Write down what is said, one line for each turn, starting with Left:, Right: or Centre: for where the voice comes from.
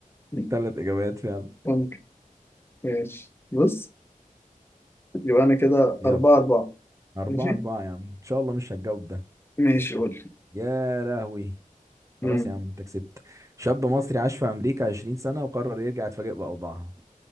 Left: مم.
Right: تلات إجابات فعلا
Left: ممكن ماشي بص يبقى انا كده
Right: يلا
Left: اربعه اربعه
Right: أربعة
Left: ماشي
Right: أربعة يا عم إن شاء الله مش هتجاوب ده
Left: ماشي قول لي
Right: يا لهوي
Left: امم
Right: خلاص يا عم انت كسبت شاب مصري عاش في امريكا 20 سنة وقرر يرجع يتفاجئ باوضاعها